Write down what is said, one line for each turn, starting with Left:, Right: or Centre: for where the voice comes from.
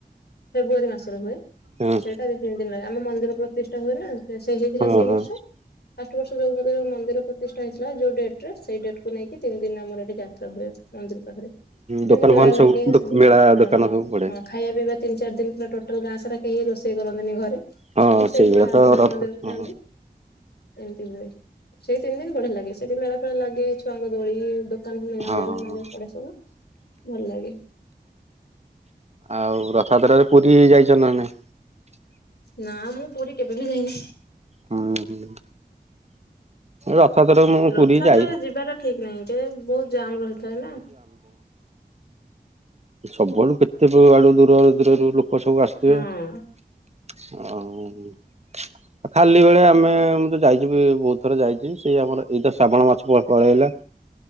Left: ଫେବୃଆାରୀ ମାସରେ ହୁଏ
Right: ହଁ
Left: ସେଇଟା ଦି ତିନି ଦିନ ଲାଗେ ଆମ ମନ୍ଦିର ପ୍ରତିଷ୍ଠା ହୁଏ ନା। ସେ ହେଇଥିଲା
Right: ହଁ
Left: ସେଇ
Right: ହଁ
Left: ବର୍ଷ ଫାଷ୍ଟ ବର୍ଷ ଜଗନ୍ନାଥ ମନ୍ଦିର। ପ୍ରତିଷ୍ଠା ହେଇଥିଲା ଯୋଉ ଡେଟ୍ ରେ ସେ ଡେଟ୍ କୁ ନେଇକି ତିନି ଦିନ ଆମର ଏଠି ଯାତ୍ରା ହୁଏ ମନ୍ଦିର। ପାଖରେ ସେମତି
Right: ଦୋକାନ
Left: ମେଳା
Right: ଫୋକାନ
Left: ଲାଗେ ସବୁ
Right: ମେଳା
Left: ହଁ
Right: ଦୋକାନ ସବୁ ପଡେ
Left: ହଁ ଖାଇବା ପିଇବା ତିନ ଚାର ଦିନ ପୁରା ଟୋଟାଲ ଗାଁ ସାରା କେହିି ରୋଷେଇ କରନ୍ତିନି ଘରେ।
Right: ହଁ
Left: ସେ
Right: ସେଇଭଳିଆ
Left: ବାହାର
Right: ତ
Left: ମାନେ
Right: ରଥ
Left: ମନ୍ଦିର
Right: ହଁ
Left: ଖାଆନ୍ତି। ଏମିତି ହୁଏ ସେଇ ତିନି ଦିନ ବଢିଆ ଲାଗେ ସେଠି ମେଳା ଫେଳା ଲାଗେ ଛୁଆଙ୍କ ଦୋଳିଇ ମିନା
Right: ହଁ
Left: ବଜାର ପଡ଼େ ସବୁ ଭଲ ଲାଗେ।
Right: ଆଉ ରଥଯାତ୍ରାରେ ପୁରୀ ଯାଇଚନା ନାଇଁ।
Left: ନା ମୁଁ ପୁରୀ କେବେ ବି ଯାଇନି।
Right: ହୁଁ ହୁଁ। ରଥଯାତ୍ରାରେ ମୁଁ
Left: ରଥଯାତ୍ରାରେ
Right: ପୁରୀ ଯାଇ
Left: ଯିବାଟା ଠିକ ନାହିଁ କେ ବୋହୁତ ଜାମ ରହିଥାଏ ନା।
Right: ସବୁଆଠୁ କେତେ କଉ ଆଡ଼ୁ ଦୂରଆଡୁ ଦୂରରୁ ଲୋକ ସବୁ ଆସିିଥିବେ।
Left: ହଁ
Right: ଆଉ ଖାଲି ବେଳେ ଆମେ ମୁଁ ତ ଯାଇଚି ବି-ବୋହୁତ ଥର ଯାଇଚି ସେଇ ଆମର ଏଇ ତ ଶ୍ରାବଣ ମାସ ପଳେଇଆଇଲା।